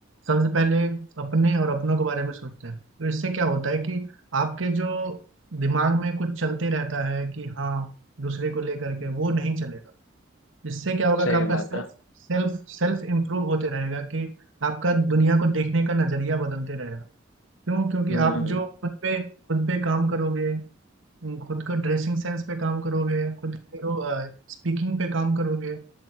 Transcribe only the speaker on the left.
सही
बात
है
हम्म